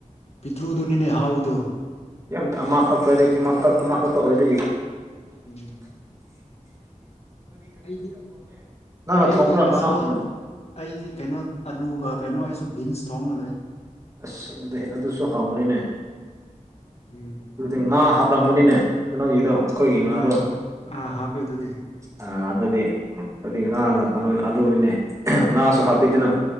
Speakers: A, on the left; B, on the right.
A: ꯄꯤꯇ꯭ꯔꯨꯗꯨꯅꯤꯅꯦ ꯍꯥꯎꯋꯤꯗꯣ
B: ꯌꯥꯝꯈꯛꯛꯇꯗꯤ ꯇ ꯑꯃꯥ ꯈꯠꯇ ꯑꯣꯏꯗ
A: ꯎꯝ ꯑꯩꯗꯤ
B: ꯅꯪꯅ
A: ꯑꯩꯗꯤ
B: ꯊꯣꯡꯕ꯭ꯔꯣ
A: ꯉꯁꯤ
B: ꯅꯅ ꯎꯝ
A: ꯑꯩꯁ ꯀꯩꯅꯣ ꯑꯂꯨꯒ ꯀꯩꯅꯣ ꯑꯩꯁꯨ ꯕꯤꯟꯁ ꯊꯣꯡꯒ ꯂꯩ
B: ꯑꯁ ꯑꯗꯨꯗꯤ ꯑꯗꯨꯁꯨ ꯍꯥꯎꯅꯤꯅꯦ
A: ꯎꯝ
B: ꯑꯗꯨꯗꯤ ꯉꯥ ꯍꯥ ꯕ꯭ꯔꯥꯝꯃꯨꯅꯤꯅꯦ ꯀꯩꯅꯣꯒꯤꯗꯣ ꯑꯩꯈꯣꯏꯒꯤ ꯉꯥꯗꯣ
A: ꯑꯥ ꯑꯥ ꯍꯥꯕꯦ ꯑꯗꯨꯗꯤ
B: ꯑ ꯑꯗꯨꯗꯤ ꯑꯗꯨꯗꯤ ꯉꯥꯒ ꯀꯩꯅꯣꯅ ꯑꯂꯨꯔꯤꯅꯦ ꯉꯥꯁꯨ ꯍꯥꯞꯄꯤꯗꯅꯪ